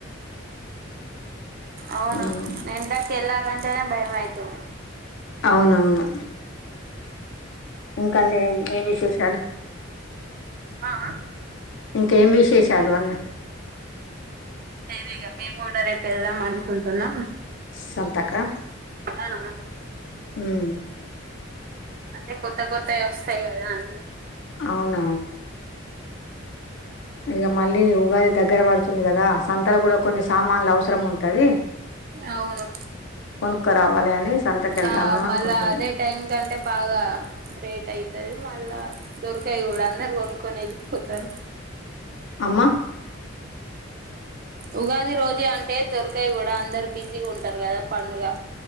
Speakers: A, on the right; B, on the left.
A: అవును
B: ఉమ్
A: ఎండ కెళ్ళాలంటేనే భయం అయితుంది
B: అవునవును ఇంకాండి ఏం ఏం విశేషాలు
A: ఆ ఆ
B: ఇంకేం విశేషాలు అన్న
A: లేదిగా మేము కూడా రేపు వెళ్దాం అనుకుంటున్నాం
B: సంతకా
A: ఆ ఆ
B: మ్మ్
A: అంటే కొత్త కొత్తయి వస్తాయి కదా అన్ని
B: అవున ఇగా మళ్ళీ ఉగాది దగ్గర పడుతుంది కదా సంతలు కూడా కొన్ని సామాన్లు అవసరం ఉంటది
A: అవును
B: కొనుక్కరావాలి అని సంతకెళ్దాము
A: ఆ
B: అనుకుంటున్నా
A: మళ్ళా అదే టైం కంటే బాగా రేట్ అయితది మళ్ళా దొరకాయ్ గూడ అందరు కొనుక్కొని వెళ్ళిపోతారు
B: అమ్మా
A: ఉగాది రోజు అంటే దొరకాయి కూడా అందరు బిజీగా ఉంటారు కదా పండుగ